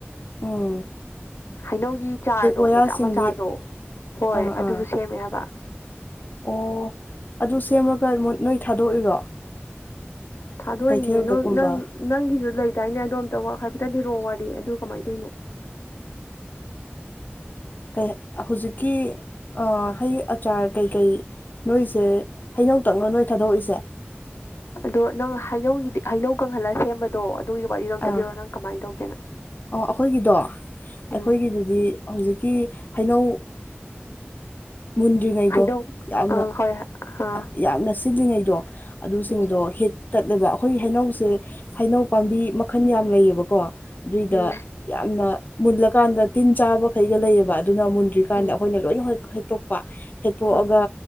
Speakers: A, on the left; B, on the left.
A: ꯑꯣ
B: ꯍꯩꯅꯧꯒꯤ ꯆꯥꯔꯗꯣ
A: ꯋꯥꯌꯥꯁꯤꯡꯗꯤ
B: ꯃꯆꯥ ꯃꯆꯥꯗꯣ ꯍꯣꯏ
A: ꯑꯥ
B: ꯑꯗꯨꯁꯨ
A: ꯑꯥ
B: ꯁꯦꯝꯃꯦ ꯍꯥꯏꯕ
A: ꯑꯣ ꯑꯗꯨ ꯁꯦꯝꯔꯒ ꯅꯣꯏ ꯊꯥꯗꯣꯛꯏꯔꯣ
B: ꯊꯥꯗꯣꯛꯏꯅꯦ
A: ꯀꯩꯊꯦꯜꯗꯒꯨꯝꯕ
B: ꯅ ꯅꯪ ꯅꯪꯒꯤꯁꯨ ꯂꯩꯗꯥꯏꯅꯦ ꯑꯗꯣ ꯑꯝꯇ ꯍꯥꯏꯐꯦꯠꯇꯗꯤꯔꯛꯑꯣ ꯋꯥꯔꯤ ꯑꯗꯨ ꯀꯃꯥꯏꯅ ꯇꯧꯔꯤꯅꯣ
A: ꯀ ꯍꯧꯖꯤꯛꯀꯤ ꯍꯩ ꯑꯆꯥꯔ ꯀꯩꯀꯩ ꯅꯣꯏꯁꯦ ꯍꯩꯅꯧꯇꯪꯅ ꯅꯣꯏ ꯊꯥꯗꯣꯛꯏꯁꯦ
B: ꯑꯗꯣ ꯅꯪ ꯍꯩꯅꯧꯒꯤꯗꯤ ꯍꯩꯅꯧ ꯀꯪꯍꯜꯂꯒ ꯁꯦꯝꯕꯗꯣ ꯑꯗꯨꯒꯤ ꯋꯥꯔꯤꯗꯣ ꯑꯝꯇ
A: ꯑꯥ
B: ꯂꯤꯔꯣ ꯅꯪ ꯀꯃꯥꯏꯅ ꯇꯧꯒꯦꯅ
A: ꯑꯣ ꯑꯩꯈꯣꯏꯒꯤꯗꯣ
B: ꯎꯝ
A: ꯑꯩꯈꯣꯏꯒꯤꯗꯨꯗꯤ ꯍꯧꯖꯤꯛꯀꯤ ꯍꯩꯅꯧ ꯃꯨꯟꯗ꯭ꯔꯤꯉꯩꯗꯣ
B: ꯍꯩꯅꯧ
A: ꯌꯥꯝꯅ
B: ꯑꯥ ꯍꯣꯏ ꯑꯥ
A: ꯌꯥꯝꯅ ꯁꯤꯂꯤꯉꯩꯗꯣ ꯑꯗꯨꯁꯤꯡꯗꯣ
B: ꯎꯝ
A: ꯍꯤꯠ ꯇꯠꯂꯦꯕ ꯑꯩꯈꯣꯏ ꯍꯩꯅꯧꯁꯦ ꯍꯩꯅꯧ ꯄꯥꯝꯕꯤ ꯃꯈꯜ ꯌꯥꯝ ꯂꯩꯌꯦꯕꯀꯣ ꯑꯗꯨꯏꯗ
B: ꯎꯝ
A: ꯌꯥꯝꯅ ꯃꯨꯜꯂꯀꯥꯟꯗ ꯇꯤꯟ ꯆꯥꯕꯈꯩꯒ ꯂꯩꯌꯦꯕ ꯑꯗꯨꯅ ꯃꯨꯟꯗ꯭ꯔꯤꯀꯥꯟꯗ
B: ꯎꯝ
A: ꯑꯩꯈꯣꯏꯅ ꯂꯣꯏꯅ ꯍ ꯍꯦꯛꯇꯣꯛꯄ ꯍꯦꯛꯇꯣꯛꯑꯒ
B: ꯎꯝ